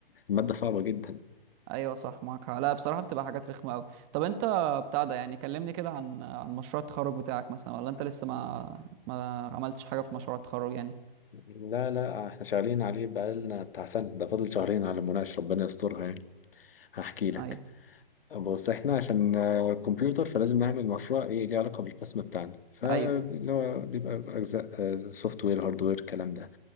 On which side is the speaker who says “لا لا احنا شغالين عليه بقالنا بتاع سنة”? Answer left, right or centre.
Left